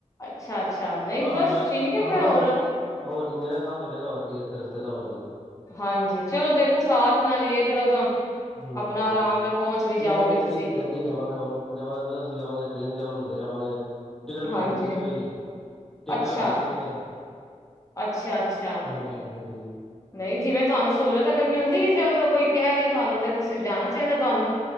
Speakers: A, on the left; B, in the centre.
A: ਅੱਛਾ ਅੱਛਾ ਨਹੀਂ
B: ਹਾਂ
A: ਬਸ
B: ਮੈਂ
A: ਠੀਕ ਹੈ
B: ਹਾਂ
A: ਫਿਰ ਹੋਰ
B: ਹੋਰ ਕੀ ਮੇਰਾ ਸਾਥ ਹੋ ਜਾਏਗਾ ਹੋਰ ਕੀ ਇੱਧਰ ਚਲੋ ਹੋਰ ਕੀ।
A: ਹਾਂਜੀ ਚਲੋ ਦੇਖੋ ਸਾਥ ਨਾਲ ਹੀ ਹੈ ਚਲੋ ਤਾਂ
B: ਹੂੰ
A: ਆਪਣਾ ਆਰਾਮ ਨਾਲ ਪਹੁੰਚ ਵੀ
B: ਨਾਲੇ
A: ਜਾਓਗੇ
B: ਗੱਡੀ
A: ਤੁਸੀਂ
B: ਗੱਡੀ ਜਾਵਾਂਗੇ ਹੁਣ ਜਾਵਗੇ ਅਸੀ ਜਾਵਾਂਗੇ ਟ੍ਰੇਨ ਤੇ ਜਾਵਗੇ ਰੁਲਦੇ ਜਾਵਾਂਗੇ ਟਿਕਟ ਬੁੱਕ
A: ਹਾਂਜੀ
B: ਹੁੰਦੀ ਨੀ ਪਾਈ ਟਿਕਟਾਂ
A: ਅੱਛਾ
B: ਵੇਟਿੰਗ ਤੇ ਐ
A: ਅੱਛਾ ਅੱਛਾ
B: ਹਾਂਜੀ ਹਾਂਜੀ
A: ਨਹੀਂ ਜਿਵੇਂ ਤੁਹਾਨੂੰ ਸਹੂਲਤ ਅਗਰ ਮਿਲਦੀ ਹੈ ਜਦੋਂ ਕੋਈ ਕਹਿ ਰਿਹਾ ਤੁਹਾਨੂੰ ਤੇ ਤੁਸੀਂ ਜਾਣਾ ਚਾਹੀਦਾ ਤੁਹਾਨੂੰ।